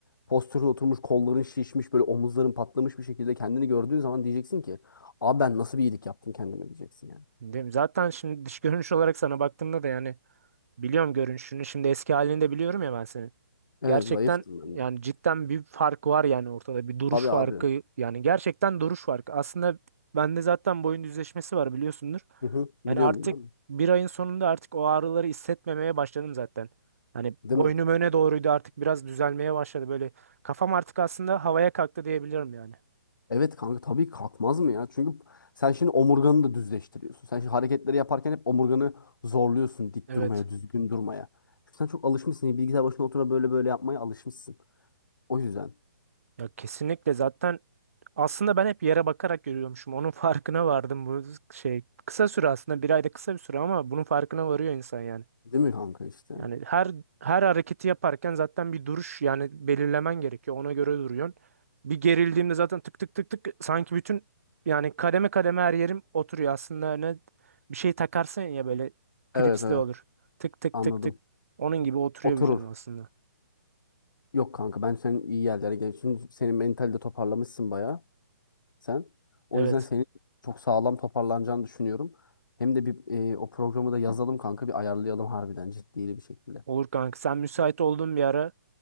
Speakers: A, on the left; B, on the right.
A: postürün oturmuş, kolların şişmiş, böyle omuzların patlamış bir şekilde kendini gördüğün zaman diyeceksin ki abi ben nasıl bir iyilik yaptım kendime diyeceksin yani.
B: Değil mi? Zaten şimdi dış görünüş olarak sana baktığımda da yani biliyorum görünüşünü. Şimdi eski halini de biliyorum ya ben seni
A: Evet
B: Gerçekten
A: zayıftım ben.
B: yani cidden bir fark var yani ortada bir duruş
A: Tabii
B: farkı
A: abi.
B: yani gerçekten duruş farkı. Aslında bende zaten boyun düzleşmesi var biliyorsundur.
A: Hı hı.
B: Yani
A: Biliyorum
B: artık
A: bilmem.
B: bir ayın sonunda artık o ağrıları hissetmemeye başladım zaten. Hani
A: Değil
B: boynum
A: mi?
B: öne doğruydu artık biraz düzelmeye başladı böyle. Kafam artık aslında havaya kalktı diyebilirim yani.
A: Evet kanka tabii kalkmaz mı ya? Çünkü sen şimdi omurganı da düzleştiriyorsun. Sen şimdi hareketleri yaparken hep omurganı zorluyorsun dik
B: Evet.
A: durmaya, düzgün durmaya. Çünkü sen çok alışmışsın. Bilgisayar başına oturup böyle böyle yapmaya alışmışsın. O yüzden.
B: Ya kesinlikle zaten aslında ben hep yere bakarak yürüyormuşum. Onun <laughs> farkına vardım bu şey kısa süre aslında bir ayda kısa bir süre ama bunun farkına varıyor insan yani.
A: Değil mi kanka işte?
B: Yani her her hareketi yaparken zaten bir duruş yani belirlemen gerekiyor. Ona göre duruyorsun. Bir gerildiğimde zaten tık tık tık tık sanki bütün yani kademe kademe her yerim oturuyor. Aslında ne bir şey takarsın ya böyle klipsli
A: Evet evet
B: olur. Tık tık
A: anladım.
B: tık tık. Onun gibi oturuyor
A: Oturur.
B: vücudum aslında.
A: Yok kanka ben senin iyi yerlere gelmişsin. Senin mentali de toparlamışsın bayağı sen. O
B: Evet.
A: yüzden senin çok sağlam toparlanacağını düşünüyorum. Hem de bir e, o programı da yazalım kanka bir ayarlayalım harbiden ciddi bir şekilde.
B: Olur kanka. Sen müsait olduğun bir ara